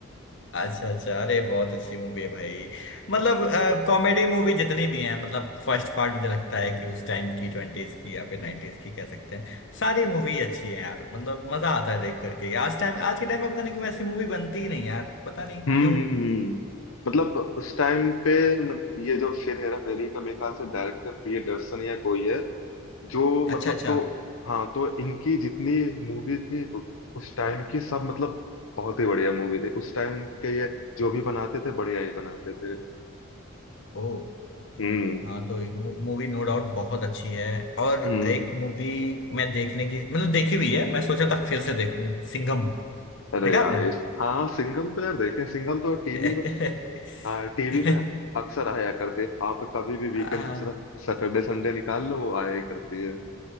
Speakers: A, on the left; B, on the left.
A: अच्छा अच्छा अरे बहुत अच्छी मूवी है भाई मतलब कॉमेडी मूवी जितनी भी हैं मतलब फर्स्ट पार्ट मुझे लगता है कि उस टाइम की ट्वेंटीज की या फिर नाइनटीज की कह सकते हैं सारी मूवी अच्छी है यार मतलब मजा आता है देख करके आज टाइम आज के टाइम में पता नहीं क्यों ऐसी मूवी बनती ही नहीं यार पता नहीं
B: हम्म
A: क्यों
B: हम्म, हम्म। मतलब उस टाइम पे मत- ये जो फिर हेरा फेरी का मेरे ख्याल से डायरेक्टर प्रियदर्शन या कोई है जो
A: अच्छा
B: मतलब
A: अच्छा
B: तो हाँ तो इनकी जितनी मूवी थी उ- उस टाइम की सब मतलब बहुत ही बढ़िया मूवी थी उस टाइम के ये जो भी बनाते थे बढ़िया ही बनाते थे
A: ओ
B: हम्म
A: हाँ तो मूवी नो डाउट बहुत अच्छी है और
B: हम्म
A: एक मूवी मैं देखने की मतलब देखी हुई है मैं सोचा था फिर से देखूं सिंघम
B: अरे
A: देखा आपने
B: भाई हाँ सिंघम तो यार देखे सिंघम तो
A: <laughs>
B: टीवी पे हाँ टीवी पे अक्सर आया करते आप कभी भी
A: आ,
B: वीकेंड पे सैटरडे संडे निकाल लो वो आया ही करती है